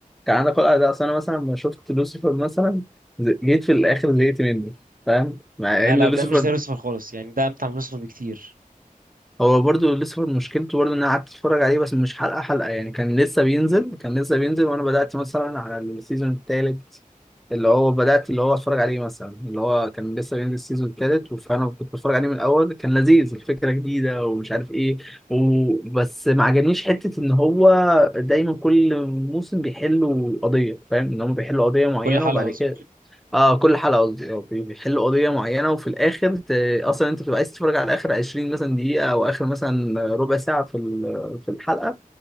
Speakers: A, in the centre; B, on the right.
A: كان عندك خلق ده اصل انا مثلا لما شفت لوسيفر مثلا ز- جيت في الاخر زهقت منه فاهم مع
B: لا
A: ان
B: لا
A: لوسيفر
B: ده مش زي لوسيفر خالص يعني ده امتع من لوسيفر بكتير
A: هو برضو لسه مشكلته برضو ان انا قعدت اتفرج عليه بس مش حلقه حلقه يعني كان لسه بينزل كان لسه بينزل وانا بدات مثلا على السيزون الثالث اللي هو بدات اللي هو اتفرج عليه مثلا اللي هو كان لسه بينزل السيزون الثالث فانا كنت بتفرج عليه من الاول كان لذيذ الفكره جديده ومش عارف ايه وبس ما عجبنيش حته ان هو دايما كل موسم بيحلوا قضيه فاهم ان هم بيحلوا قضيه معينه
B: كل حلقة
A: وبعد
B: أظلم
A: كده اه كل حلقه قصدي اه بي- بيحلوا قضيه معينه وفي الاخر ت... اصلا انت بتبقى عايز تتفرج على اخر 20 مثلا دقيقه او اخر مثلا ربع ساعه في ال- في الحلقه